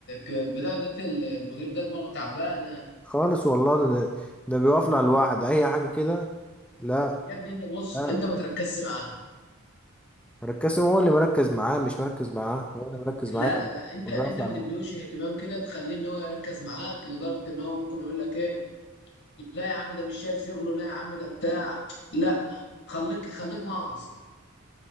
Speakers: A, on the left; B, in the centre.
A: البتاع ده المدير ده دماغه تعبانه
B: خالص والله ده ده ده بيقف على لوحده اي حاجه كده لا
A: يا ابني انت بص
B: لا
A: انت ما تركزش معاه
B: مركز هو اللي مركز معاه مش مركز معاه هو اللي مركز
A: لا
B: معاه
A: لا لا انت
B: بيقف
A: انت ما
B: على
A: تديهوش
B: لوحده
A: اهتمام كده تخليه ان هو يركز معاك لدرجه ان هو ممكن يقول لك ايه لا يا عم ده مش شايف شغله لا يا عم ده بتاع لا خليك خليك ناقص